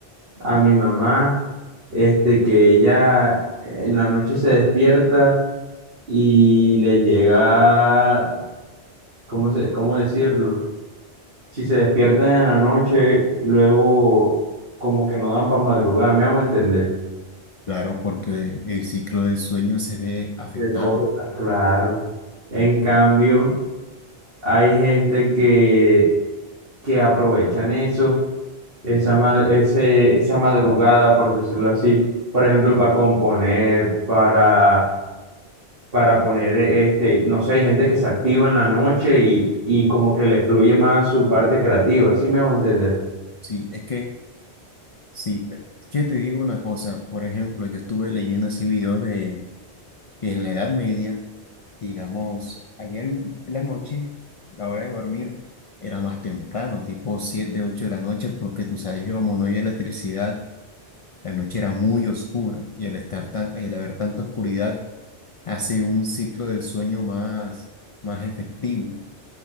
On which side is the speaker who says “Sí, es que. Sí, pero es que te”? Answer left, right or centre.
Left